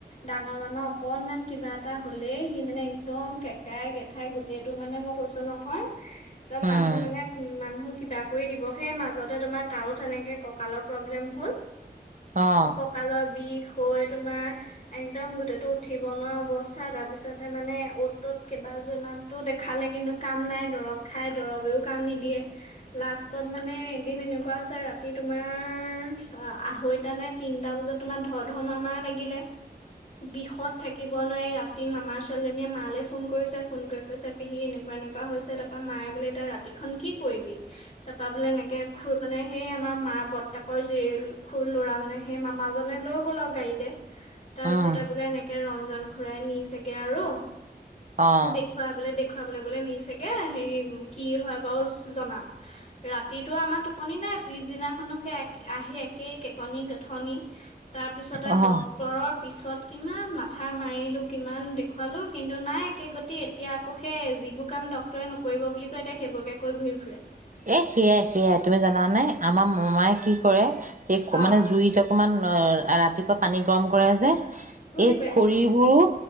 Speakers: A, on the left (about 45°); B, on the right (about 50°).
A: ডাঙৰ মামা অকনমান কিবা এটা হলেই সি মানে একদম কেকাই গেঠাই গোটেইটো মানে মই কৈছো নহয়!
B: উম
A: মানুহ মানে মানুহ কিবা কৰি দিব সেই মাজতে তোমাৰ তাৰো তেনেকে কঁকালৰ প্ৰব্লেম হ'ল
B: অহ
A: ককালৰ বিষ হৈ তোমাৰ একদম গোটটো উঠিব নোৱাৰা অৱস্থা তাৰপিছতে মানে অ'ত ত'ত কেইবাজনাতো দেখালে কিন্তু কাম নাই দৰৱ খাই দৰৱেও কাম নিদিয়ে লাষ্টত মানে এদিন এনেকুৱা হৈছে ৰাতি তোমাৰ আঢ়ৈটা নে তিনটা বজাত তোমাৰ ধৰ ধৰ মাৰ মাৰ লাগিলে বিষত থাকিব নোৱাৰি ৰাতি মামাৰ ছোৱালীজনীয়ে মালৈ ফোন কৰিছে ফোন কৰি কৈছে পেহী এনেকুৱা এনেকুৱা হৈছে তাৰাপা মায়ে বোলে এতিয়া ৰাতিখন কি কৰিবি তাপা বোলে এনেকে খুৰ মানে সেই আমাৰ মাৰ বৰ্তাকৰ যি খুৰ ল'ৰা মানে সেই মামাজনে লৈ গ'ল আউ গাড়ীতে তাৰ পিছতে
B: উম
A: বোলে এনেকে ৰন জন ঘুৰাই নিছেগে আৰু
B: অহ
A: দেখুওৱা বোলে দে খোৱাবলৈ বোলে নিছেগে হেৰি কি হয় বাৰু জনাম ৰাতিটো আমাৰ টোপনি নাই পিছদিনাখনো সে এক আহি একেই কেকনি গেথনি ৷ তাৰপিছতে
B: অহ।
A: ডক্তৰৰ পিছত কিমান মাথা মাৰিলোঁ কিমান দেখুৱালো কিন্তু নাই একে গতি এতিয়া আকৌ সেই যিবোৰ কাম ড্ক্তৰে নকৰিব বুলি এতিয়া সেইবোৰকে কৈ ঘূৰি ফুৰে ৷
B: এ সেয়াই - সেয়াই তুমি জানা নে আমাৰ মামাই কি কৰে? <unintelligible>
A: অ
B: মানে জুইত অকমান অ' ৰাতিপুৱা পানী গৰম কৰে যে
A: বুজি
B: এই
A: পাইছো
B: খৰিবোৰো